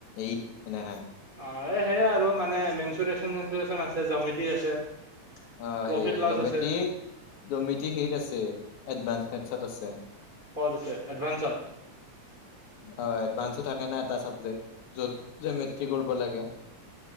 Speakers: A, on the left; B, on the right.
A: eight মানে হে
B: অ এই সেয় আৰু মানে মেঞ্চুৰেচন চেঞ্চুৰে্চন আছে, জামিতি আছে।
A: অ
B: প্ৰফিট
A: সেই
B: লছ
A: জ্যামেতি
B: আছে
A: জমেটি সেইত আছে এডভানস নেছাত আছে
B: ক'ত আছে এডভাঞ্চত।
A: অ এডভাঞ্চতো থাকে না এটা চাবজেক্ট য'ত যেমেট্ৰিক কৰিব লাগে।